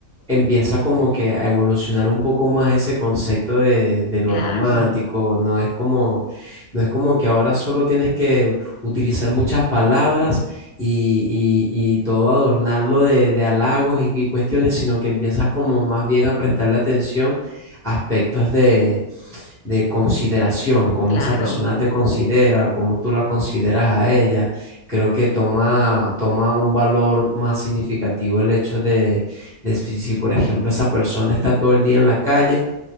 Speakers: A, in the centre; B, on the left.
A: empieza como que a evolucionar un poco más ese concepto de, de lo
B: Claro,
A: romántico, no es como, no es como que ahora solo tienes que utilizar muchas palabras y, y- y todo adornarlo de, de halagos y, y cuestiones, sino que empiezas como más bien a prestarle atención a aspectos de, de consideración, cómo
B: claro,
A: esa persona te considera, cómo tú la consideras a ella. Creo que
B: sí,
A: toma, toma un valor más significativo el hecho de de si, si, por ejemplo, esa persona está todo el día en la calle